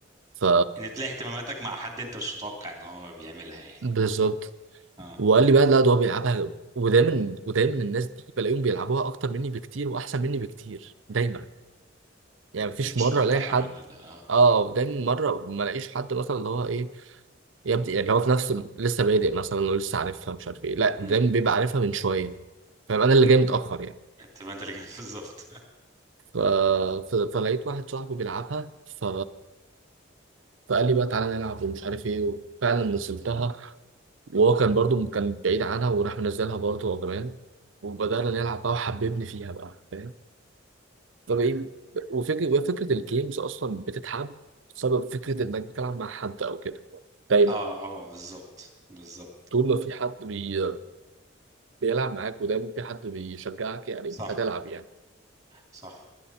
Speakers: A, on the right; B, on the right.
A: ف
B: ان تلاقي اهتماماتك مع حد انت مش متوقع ان هو بيعملها يعني
A: بالظبط
B: اه
A: وقال لي بقى لا ده هو بيلعبها ودايما ودايما الناس دي بلاقيهم بيلعبوها اكتر مني بكتير واحسن مني بكتير دايما يعني مفيش
B: مش
A: مره
B: متوقعها
A: الاقي حد
B: منه ده اه
A: اه دايما مره ما الاقيش حد مثلا اللي هو ايه يبدأ يعني اللي هو في نفس لسه بادئ مثلا ولسه عارفها مش عارف ايه لا
B: مم.
A: دايما بيبقى عارفها من شويه فاهم انا اللي جاي متاخر يعني
B: انت ما انت اللي كان بالظبط
A: ف... ف... فلقيت واحد صاحبي بيلعبها ف فقال لي بقى تعالى نلعب ومش عارف ايه وفعلا نزلتها وهو كان برضو كان بعيد عنها وراح منزلها برضو هو كمان وبدأنا
B: <laughs>
A: نلعب بقى وحببني فيها بقى فاهم فبقيت وفكرة وفكرة الجيمز أصلا بتتحب بسبب فكرة إنك بتلعب مع حد أو كده دايما
B: اه اه بالظبط بالظبط
A: طول ما في حد بي... بيلعب معاك ودايما في حد بيشجعك يعني
B: صح
A: هتلعب يعني
B: صح